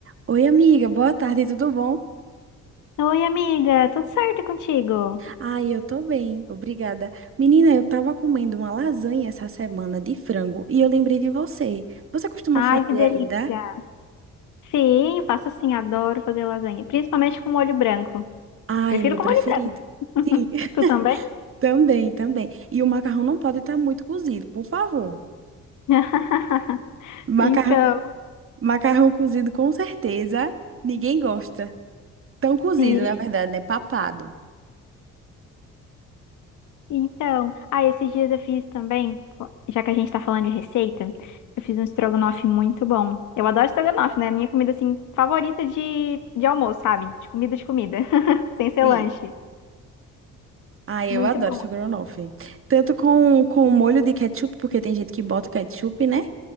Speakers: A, on the right (about 45°); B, on the left (about 75°).
A: Oi, amiga, boa tarde, tudo bom?
B: Oi, amiga, tudo certo e contigo?
A: Ai, eu tô bem, obrigada. Menina, eu tava comendo uma lasanha essa semana de frango e eu lembrei de você. Você costuma
B: Ai,
A: fazer
B: que delícia.
A: ainda?
B: Sim, faço sim, adoro fazer lasanha, principalmente com molho branco.
A: Ai,
B: Prefiro
A: é meu
B: com
A: preferido.
B: molho branco.
A: Sim, <laughs>
B: <laughs> Tu também?
A: também, também. E o macarrão não pode estar muito cozido, por favor.
B: <laughs>
A: Macarrão,
B: Então,
A: macarrão cozido com certeza, ninguém gosta. Tão cozido,
B: sim.
A: na verdade, né? Papado.
B: Então, ah, esses dias eu fiz também, já que a gente tá falando de receita, eu fiz um estrogonofe muito bom. Eu adoro estrogonofe, né? Minha comida assim favorita de de almoço, sabe? De comida de comida, <laughs> sem ser
A: Sim.
B: lanche.
A: Ah, eu
B: Muito
A: adoro
B: bom.
A: estrogonofe. Tanto com, com molho de ketchup, porque tem gente que bota o ketchup, né?